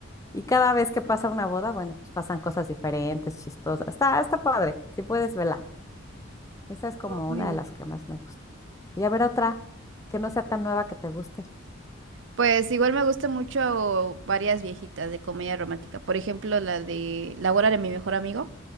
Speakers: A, on the left; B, on the right.
A: Y cada vez que pasa una boda, bueno, pues pasan cosas diferentes, chistosas. Está, está padre, si puedes verla. Esa es como
B: Oye.
A: una de las que más me gusta. Y a ver otra que no sea tan nueva que te guste.
B: Pues igual me gusta mucho varias viejitas de comedia romántica. Por ejemplo, la de La boda de mi mejor amigo.